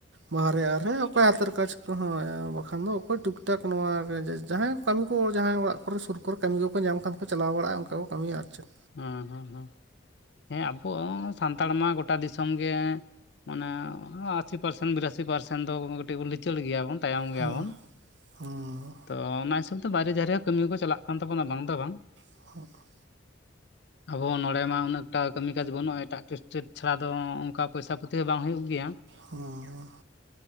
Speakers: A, on the right; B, on the left.
A: ᱵᱟᱦᱮ ᱟᱨᱮ ᱚᱠᱚᱭ ᱟᱛᱮᱨ ᱠᱟᱡᱽ ᱾ ᱠᱚ ᱦᱚ ᱵᱟᱠᱷᱟᱱ ᱫᱚ ᱚᱠᱚᱭ ᱴᱩᱠᱴᱟᱠ ᱱᱚᱣᱟ ᱡᱟᱦᱟᱸᱭ ᱠᱟᱹᱢᱤ ᱠᱚ ᱡᱟᱦᱟᱸᱭ ᱚᱲᱟᱜ ᱠᱚᱨᱮ ᱥᱩᱨ ᱠᱚᱨᱮ ᱠᱟᱹᱢᱤ ᱠᱚᱠᱚ ᱧᱟᱢ ᱠᱷᱟᱱ ᱠᱚ ᱪᱟᱞᱟᱣ ᱵᱟᱲᱟᱜᱼᱟ ᱚᱱᱠᱟ ᱠᱚ ᱠᱟᱹᱢᱤᱭᱟᱹ ᱟᱨ ᱪᱮᱫ
B: ᱦᱩᱸ ᱦᱩᱸ ᱦᱩᱸ ᱦᱮᱸ ᱟᱵᱚ ᱥᱟᱱᱛᱟᱲ ᱢᱟ ᱜᱚᱴᱟ ᱫᱤᱥᱚᱢ ᱜᱮ ᱢᱟᱱᱮ ᱟᱥᱤ ᱯᱟᱨᱥᱮᱱ ᱵᱤᱨᱟᱥᱤ ᱯᱟᱨᱥᱮᱱ ᱫᱚ ᱠᱟᱹᱴᱤᱡ ᱵᱚᱱ ᱞᱤᱪᱟᱹᱲ ᱜᱮᱭᱟᱵᱚᱱ ᱛᱟᱭᱚᱢ ᱜᱮᱭᱟᱵᱚᱱ
A: ᱦᱮᱸ ᱦᱮᱸ
B: ᱾ ᱛᱚ ᱚᱱᱟ ᱦᱤᱥᱟᱹᱵᱽ ᱛᱮ ᱵᱟᱭᱨᱮ ᱡᱟᱭᱨᱮ ᱠᱟᱹᱢᱤ ᱠᱚᱠᱚ ᱪᱟᱞᱟᱜ ᱠᱟᱱ ᱛᱟᱵᱚᱱᱟ ᱵᱟᱝ ᱫᱚ ᱵᱟᱝ
A: <unintelligible>
B: ᱟᱵᱚ ᱱᱚᱸᱰᱮ ᱢᱟ ᱩᱱᱟᱹᱜᱴᱟ ᱠᱟᱹᱢᱤ ᱠᱟᱡ ᱵᱟᱹᱱᱩᱜᱼᱟ ᱮᱴᱟᱜ ᱴᱮ ᱪᱟᱹᱛ ᱪᱷᱟᱲᱟ ᱫᱚ ᱚᱱᱠᱟ ᱯᱚᱭᱥᱟ ᱯᱩᱛᱤ ᱦᱚᱸ ᱵᱟᱝ ᱦᱩᱭᱩᱜ ᱜᱮᱭᱟ
A: ᱦᱩᱸ